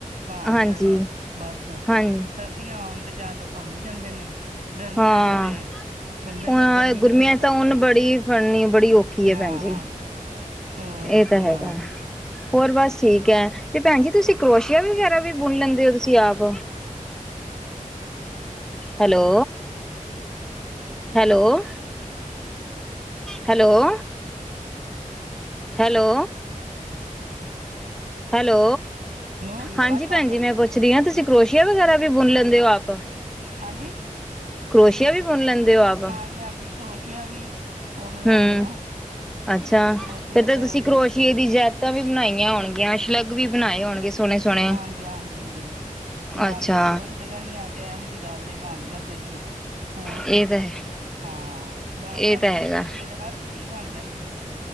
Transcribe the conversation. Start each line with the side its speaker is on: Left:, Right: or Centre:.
Right: ਘਰਦਿਆਂ
Centre: ਹਾਂਜੀ
Right: ਦਾ ਬਸ
Centre: ਹਾਂਜੀ
Right: ਸਰਦੀਆਂ ਆਣ ਤੇ ਚੱਲ ਬਣ ਵੀ ਜਾਂਦੇ ਨੇ। ਗਰਮੀਆਂ
Centre: ਹਾਂ
Right: 'ਚ ਤੇ ਬੰਦੇ
Centre: ਹੁਣ
Right: ਨੂੰ ਗਰਮੀ ਬਥੇਰੀ
Centre: ਗਰਮੀਆਂ ਚ ਤਾਂ
Right: ਲੱਗਦੀ
Centre: ਉਨ
Right: ਹੈ
Centre: ਬੜੀ ਫੜਨੀ ਬੜੀ ਔਖੀ
Right: ਹਾਂ
Centre: ਹੈ ਭੈਣ ਜੀ
Right: ਹੋਰ
Centre: ਇਹ ਤਾਂ
Right: ਸੁਣਾਓ।
Centre: ਹੈਗਾ ਹੋਰ ਬਸ ਠੀਕ ਹੈ ਤੇ ਭੈਣ ਜੀ ਤੁਸੀਂ ਕਰੋਸ਼ੀਆ ਵਗੈਰਾ ਵੀ ਬੁਣ ਲੈਂਦੇ ਹੋ ਤੁਸੀਂ ਆਪ hello -hello- hello hello hello
Right: hello ਆਵਾਜ਼
Centre: ਹਾਂਜੀ
Right: ਬੰਦ
Centre: ਭੈਣ ਜੀ
Right: ਹੋ
Centre: ਮੈਂ
Right: ਗਈ
Centre: ਪੁੱਛਦੀ ਹਾਂ ਤੁਸੀਂ ਕਰੋਸ਼ੀਆ ਵਗੈਰਾ ਵੀ ਬੁਨ ਲੈਂਦੇ ਹੋ ਆਪ
Right: ਹਾਂਜੀ
Centre: ਕਰੋਸ਼ੀਆ ਵੀ ਬੁਨ ਲੈਂਦੇ ਹੋ ਆਪ
Right: ਹਾਂਜੀ ਹਾਂਜੀ ਕਰੋਸ਼ੀਆ ਵੀ ਉਹਨੂੰ ਲੈਂਦੇ
Centre: ਹੂੰ
Right: ਹਾਂ
Centre: ਅੱਛਾ
Right: ਕਰੋਸ਼ੀਆ
Centre: ਫੇਰ ਤਾਂ
Right: ਦਾ
Centre: ਤੁਸੀਂ
Right: ਵੀ
Centre: ਕਰੋਸ਼ੀਏ ਦੀ ਜੈਕਟਾ ਵੀ ਬਣਾਈਆਂ ਹੋਣਗੀਆਂ। ਸ਼ਲੱਗ ਵੀ ਬਣਾਏ ਹੋਣਗੇ ਸੋਹਣੇ ਸੋਹਣੇ
Right: ਹਾਂਜੀ ਹਾਂਜੀ ਬਸ
Centre: ਅੱਛਾ
Right: ਉਹੀ ਤੇ ਕਹਿੰਦੀ ਆ ਟੈਮ ਦੀ ਗੱਲ ਐ ਬਣ ਜਾਂਦੇ ਸੀ ਹੁਣ
Centre: ਇਹ
Right: ਤੇ
Centre: ਤਾਂ ਹੈ
Right: ਹਾਂ ਬਣ
Centre: ਇਹ
Right: ਜਾਂਦੇ
Centre: ਤਾਂ
Right: ਨੇ
Centre: ਹੈਗਾ
Right: ਕਰੋਸੀਏ ਦੇ ਹਰ ਇੱਕ ਚੀਜ਼ ਬਣ ਜਾਂਦ ਹੈ